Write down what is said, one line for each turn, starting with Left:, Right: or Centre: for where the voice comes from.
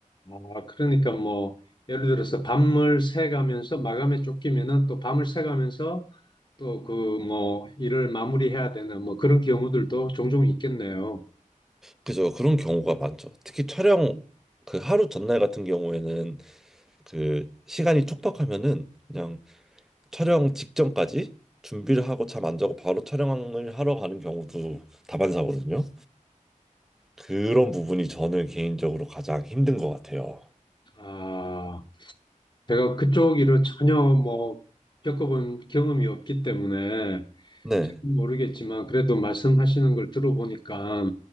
Left: 아, 그러니까 뭐, 예를 들어서 밤을 새가면서 마감에 쫓기면은 또 밤을 새가면서 또 그 뭐 일을 마무리해야 되는 뭐 그런 경우들도 종종 있겠네요.
Centre: 그죠. 그런 경우가 많죠. 특히 촬영 그 하루 전날 같은 경우에는 그 시간이 촉박하면은 그냥 촬영 직전까지 준비를 하고 잠 안 자고 바로 촬영을 하러 가는 경우도 다반사거든요. 그런 부분이 저는 개인적으로 가장 힘든 것 같아요.
Left: 아, 제가 그쪽 일은 전혀 뭐 겪어본 경험이 없기 때문에
Centre: 네,
Left: 모르겠지만 그래도 말씀하시는 걸 들어보니까